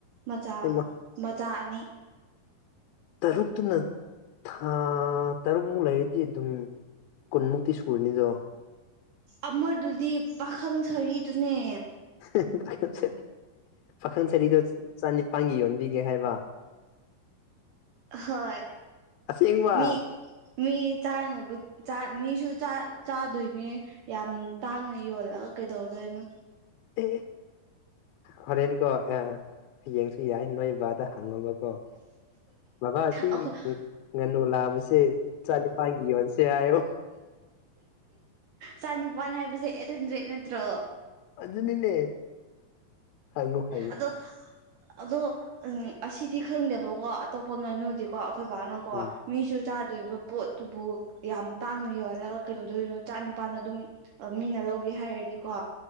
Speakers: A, on the right; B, on the left.
A: ꯃꯆꯥ
B: ꯍꯩꯃ
A: - ꯃꯆꯥ ꯑꯅꯤ
B: ꯇꯔꯨꯛꯇꯨꯅ ꯊꯥ ꯇꯔꯨꯛꯃꯨꯛ ꯂꯩꯔꯗꯤ ꯑꯗꯨꯝ ꯀꯨꯟꯃꯨꯛꯇꯤ ꯁꯨꯅꯤꯗꯣ
A: ꯑꯃꯗꯨꯗꯤ ꯄꯥꯈꯪ ꯁꯔꯤꯗꯨꯅꯦ
B: ꯍꯥ ꯍꯥ ꯄꯥꯈꯪ ꯁꯔꯤ - ꯄꯥꯈꯪ ꯁꯔꯤꯗꯣ ꯆꯅꯤꯄꯥꯥꯟꯒꯤ ꯌꯣꯟꯕꯤꯒꯦ ꯍꯥꯏꯕ
A: ꯍꯣꯏ
B: ꯑꯁꯦꯡꯕ
A: ꯃꯤ ꯃꯤ ꯆꯥꯅꯕ-ꯆꯥ ꯃꯤꯁꯨ ꯆꯥ - ꯆꯥꯗꯣꯏꯅꯦ ꯌꯥꯝ ꯇꯥꯡꯅ ꯌꯣꯜꯂꯒ ꯀꯩꯗꯧꯗꯣꯏꯅꯣ
B: ꯑꯦ ꯍꯣꯔꯦꯟꯀꯣ ꯑꯦ ꯍꯌꯦꯡꯁꯨ ꯌꯥꯏ ꯅꯣꯏ ꯕꯥꯗ ꯍꯪꯑꯣꯕ ꯀꯣ ꯕꯥꯕꯥ ꯁꯤ
A: ꯑꯩꯈꯣꯏ
B: ꯉꯥꯅꯨ ꯂꯥꯕꯥꯁꯦ ꯆꯅꯤꯄꯥꯟꯒꯤ ꯌꯣꯟꯁꯦ ꯍꯥꯏꯌꯣ
A: ꯆꯅꯤꯄꯥꯥꯟ ꯍꯥꯏꯕꯁꯦ ꯑꯦꯠ ꯍꯟꯗ꯭ꯔꯦꯠ ꯅꯠꯇ꯭ꯔꯣ
B: ꯑꯗꯨꯅꯤꯅꯦ ꯍꯪꯉꯣ ꯍꯪ
A: ꯑꯗꯣ ꯑꯗꯣ ꯎꯝ ꯑꯁꯤꯗꯤ ꯈꯪꯗꯦꯕꯀꯣ ꯑꯇꯣꯞꯄ ꯉꯥꯅꯨꯗꯤꯀꯣ ꯑꯩꯈꯣꯏ ꯕꯥꯅ ꯀꯣ
B: ꯎꯝ
A: ꯃꯤꯁꯨ ꯆꯥꯗꯣꯏꯕ ꯄꯣꯠꯇꯨꯕꯨ ꯌꯥꯝ ꯇꯥꯡꯅ ꯌꯣꯍꯜꯂꯒ ꯀꯩꯗꯧꯗꯣꯏꯅꯣ ꯆꯥ ꯅꯤꯄꯥꯜꯗ ꯑꯗꯨꯝ ꯑꯥ ꯃꯤꯅ ꯂꯧꯒꯦ ꯍꯥꯏꯔꯗꯤꯀꯣ